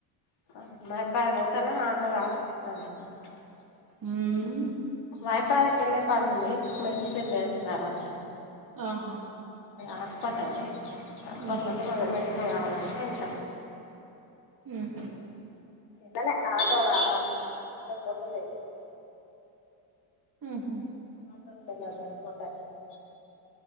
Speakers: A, on the left; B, on the right.
A: <unintelligible>
B: ఊమ్
A: మైబ్బాద్ కెళ్ళే పనుంది మెడిసెన్ తేస్కరావాలి
B: ఆహా
A: హాస్పిటల్ హాస్పిటల్
B: ఊహూ
A: హాస్పిటల్కి మెడిసిన్ కావాలంటే వెళ్తున్న
B: ఉంహుం
A: లెలే ఆటో రావాలి ఆటో కోసం వెయిటింగ్
B: ఉంహుం
A: <unintelligible>